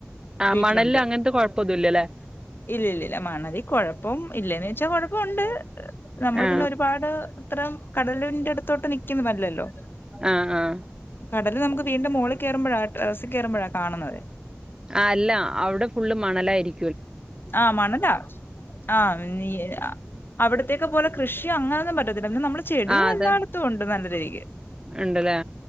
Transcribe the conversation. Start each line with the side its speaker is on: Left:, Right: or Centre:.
Right: ആ
Left: വീട്ടിലൊണ്ട്.
Right: മണലിൽ അങ്ങനത്തെ കൊഴപ്പൊന്നുല്ലല്ലേ
Left: ഇല്ലില്ലല്ല. മണലികൊഴപ്പം ഇല്ലേന്ന്ച്ചാ കൊഴപ്പൊണ്ട്. നമ്മള്
Right: ആ
Left: പിന്നെ ഒരുപാട് ഇത്രേം കടലിന്റെടുത്തോട്ട് നിക്കുന്നതല്ലല്ലോ.
Right: ആഹ് ആഹ്
Left: കടല് നമ്മെക്ക് വീട്‌ന്റെ മോളിക്കേറുയുമ്പോഴാ ടെറസ്സിക്കേറുമ്പോഴാ കാണുന്നതേ.
Right: ആ അല്ല. അവടെ ഫുള്ള് മണലായിരി
Left: ആ മണലാ. ആ നി ആ അവിടത്തേക്കെപ്പോലെ കൃഷിയങ്ങനൊന്നും പറ്റത്തി എന്ന് നമ്മള് ചെടികളെ
Right: ആ അത്
Left: ല്ലായിടത്തുമൊണ്ട്. നല്ലത്. <unintelligible>
Right: ഇണ്ടല്ലേ